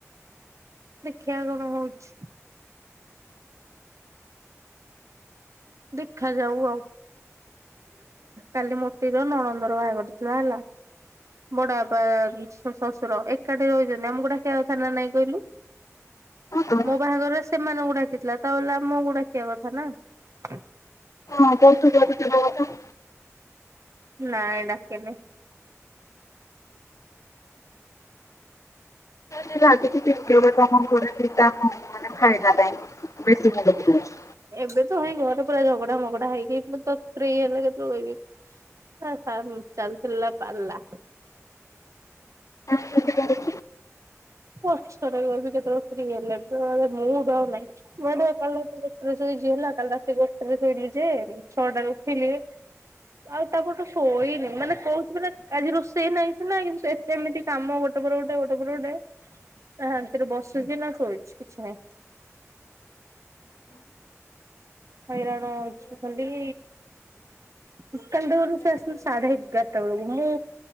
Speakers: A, on the right; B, on the left.
A: ଦେଖିଆ କଣ ହଉଛି। ଦେଖା ଯାଉ ଆଉ। କାଲି ମୋଟିର ନଣନ୍ଦର ବାହାଘର ଥିଲା ହେଲା। ବଡବାପା ଉଁ ଶ ଶଶୁର ଏକାଠେ ହୋଇଚନ୍ତି ଆମୁକୁ ଡାକିଆ କଥା ନା ନାଇଁ କହିଲେ।
B: ହଁ ତ
A: ମୋ ବାହାଘରରେ ସେମାନଙ୍କୁ ଡାକିଥିଲା ତା ବୋଲେ ଆମୁକୁ ଡାକିିଆ କଥା ନା। <inaudible>
B: ହଁ ତାହେଲେ ତୁ ଯାହା ବି ଯିବା କଥା।
A: ନାଇଁ ଡାକିନି।
B: ସେ ରାଗିଚି କିଏ ଉଠେଇବ <unintelligible> ମାନେ ଖାଇବା ପାଇଁ ବେଶୀ ମୁଣ୍ଡ ବୁଲଉଛି।
A: ଏବେ ତ ଭାଇ ଘରେ ପୁରା ଝଗଡା ମଗଡା ହେଇକି ମୁଁ ତ ଫ୍ରି ହେଲେ କେତେବେଳେ କି? ଆଉ <unintelligible> ଚାଲଥିଲା ପାଲା।
B: <unintelligible>
A: ପଛରେ କହିବି କେତେବେଳେ ଫ୍ରି ହେଲେ ଏବେ ଆଉ ମୁଡ୍ ଆଉ ନାହିଁ। ମୁଁ କାଲି ଏକାବେଳେ ରାତି ଗୋଟେରେ ଶୋଇଛି ହେଲା କାଲି ରାତି ଗୋଟେରେ ଶୋଇଲି ଯେ ଉଁ ଛଅଟାରେ ଉଠିଲି। ଆଉ ତାପରଠୁ ଶୋଇନି ମାନେ କହୁଚି ମାନେ ଆଜି ରୋଷେଇ ନାଇଁ ସିନା କିନ୍ତୁ ଶୋଏ କେମିତି କାମ ଗୋଟେ ପରେ ଗୋଟେ ଗୋଟେ ପରେ ଗୋଟେ ନା ଶାନ୍ତିରେ ବସୁଚି ନା ଶୋଇଛି କିଛି ନାଇଁ। ହଇରାଣ ହଉଛୁ ଖାଲି। <unintelligible> ସେ ଆସିଲେ ସାଢେ ଏଗାରଟା ବେଳୁକୁ ମୁଁ